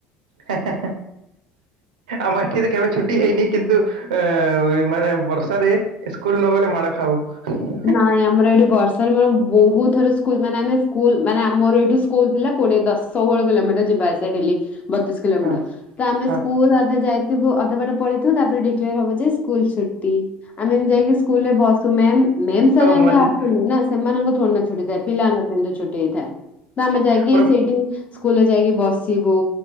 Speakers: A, on the right (about 85°); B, on the left (about 35°).
A: ହା ହା
B: ନାହିଁ
A: ଆମ ଏଠି ତ କେବେ ଛୁଟି ହେଇନି, କିନ୍ତୁ ଅ, ଏ ମାନେ ବର୍ଷାରେ ଇସ୍କୁଲ୍ ନ ଗଲେ ମାଡ଼ ଖାାଉ।
B: ନାଇଁ ଆମର ଏଠି ବର୍ଷାରେ ମୋର ବହୁତ ଥର ସ୍କୁଲ୍ ମାନେ ଆମେ ସ୍କୁଲ୍ ମାନେ ଆମର ଏଠି ସ୍କୁଲ୍ ଥିଲା କୋଡିଏ ଦଶ ଷୋହଳ କିଲୋମିଟର ଯିବା ଆସିଆ ଡେଲି ବତିଶ କିଲୋମିଟର।
A: ହଁ।
B: ତ ଆମେ
A: ହଁ
B: ସ୍କୁଲ୍ ଅଧା ଯାଇଥିବୁ, ଅଧା ବାଟ ପଳେଇଥିବୁ ତାପରେ ଡିକ୍ଲେୟାର ହବ ଯେ ସ୍କୁଲ୍ ଛୁଟି। ଆମେ ଏମତି ଯାଇକି ସ୍କୁଲ୍ ରେ ବସୁ ମ୍ୟାମ୍ ମେମ୍ ସାର୍
A: ଆଉ
B: ଏମତି
A: ମଜି
B: ଆସନ୍ତି ନା, ସେମାନଙ୍କ ଥୋଡି ନା ଛୁଟି ଥାଏ। ପିଲାମାନଙ୍କ ପାଇଁ ତ ଛୁଟି ହେଇଥାଏ। ତ ଆମେ ଯାଇକି
A: ପୁରା
B: ସେଇଠି ସ୍କୁଲ୍ ରେ ଯାଇକି ବସିବୁ,